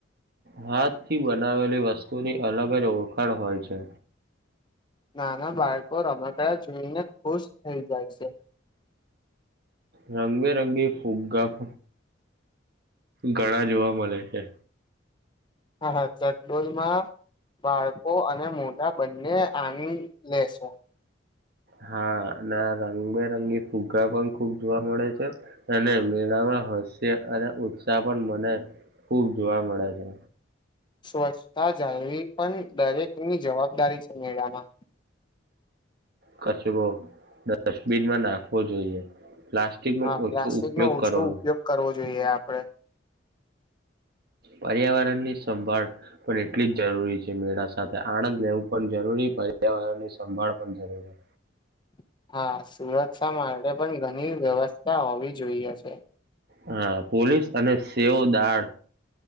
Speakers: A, on the right (about 55°); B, on the left (about 25°).
A: હાથ થી બનાવેલી વસ્તુની અલગ જ ઓળખાણ હોય છે.
B: નાના બાળકો રમકડા જોઈને ખુશ થઈ જાય છે.
A: રંગબેરંગી ફુગ્ગા પ ઘણા જોવા મળે છે.
B: હા હા ચકડોળમા. બાળકો અને મોટા બંને આનંદ લેશે.
A: હા અને રંગબેરંગી ફુગા પણ ખુબ જોવા મળે છે અને મેળામાં. હાસ્ય અને ઉત્સાહ પણ મને ખૂબ જોવા મળે છે.
B: સ્વચ્છતા જાળવી પણ દરેકની જવાબદારી છે મેળામાં.
A: કચરો ડસ્ટબિનમાં નાખવો જોઈએ. પ્લાસ્ટિકનો
B: હા
A: ઓછો
B: પ્લાસ્ટિક
A: ઉપયોગ
B: નો
A: કરવો
B: ઓછો ઉપયોગ કરવો જોઈએ આપડે.
A: પર્યાવરણની સંભાળ પણ એટલી જ જરૂરી છે મેળા સાથે આનંદ લેવું પણ જરૂરી. હોય પર્યાવરણ ની સંભાળ પણ જરૂરી.
B: <inaudible> હા સુરક્ષા માટે પણ ઘણી વ્યવસ્થા હોવી જોઈએ છે.
A: હા પોલીસ અને સેવ દાળ